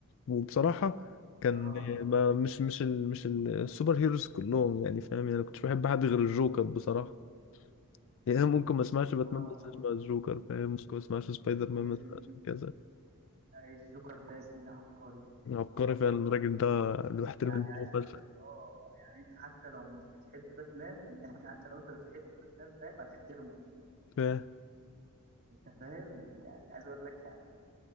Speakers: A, on the left; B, on the right.
A: وبصراحه كان
B: اه
A: آه، ما مش مش ال مش ال- السوبر هيروز كلهم يعني فاهم يعني كنتش بحب حد غير الجوكر بصراحه يعني ممكن ما اسمعش باتمان
B: اه
A: بس اسمع الجوكر فاهم ممكن ما اسمعش سبايدر مان
B: يا
A: بس
B: زميلي
A: اسمعش كذا
B: الجوكر ده يا زميلي عبقري
A: عبقري
B: عبقري
A: فعلا الراجل ده اللي بحترم
B: يعني
A: دماغه
B: عايز
A: فشخ
B: اقول لك اه يعني انت حتى لو مش بتحب باتمان <laughs> يعني حتى لو انت بتحب باتمان فاهم هتحترمه
A: فاهم
B: انت فاهم يعني عايز اقول لك يعني